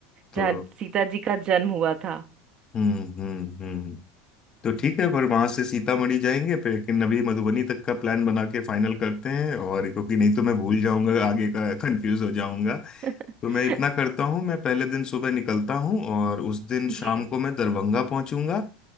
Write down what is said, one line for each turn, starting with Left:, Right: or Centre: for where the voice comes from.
Left: तो
Right: जहाँ सीता जी का जन्म हुआ था
Left: हम्म हम्म हम्म तो
Right: जी
Left: ठीक है पर वहां से सीतामढ़ी जाएंगे फिर लेकिन अभी मधुबनी तक का प्लान बना के फाइनल करते हैं और क्योंकि नहीं तो मैं भूल जाऊंगा आगे का कंफ्यूज हो जाऊंगा
Right: <laughs>
Left: तो मैं इतना करता हूँ मैं पहले दिन सुबह निकलता हूँ और उस दिन
Right: जी
Left: शाम को मैं दरभंगा पहुंचूंगा